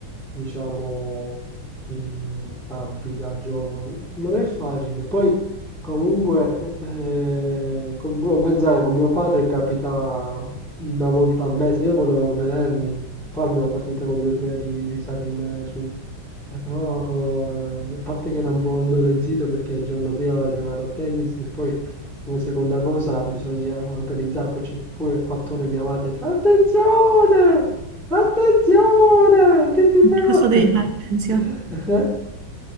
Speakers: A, in the centre; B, on the right (about 60°).
A: diciamo, i campi da gioco. Non è facile. Poi, comunque, eh, con- devo pensare, con mio padre capita una volta al mese, io volevo vedermi, farmi una partita con lui prima di risalirmene su. Eh, però co- a parte che era un po' indolenzito perché il giorno prima aveva giocato a tennis e poi come seconda cosa bisogna organizzare, poi c'è pure il fattore mia madre, fa attenzione, attenzione, che ti fai male?
B: Cosa devi fare, Cinzia?
A: <laughs> Eh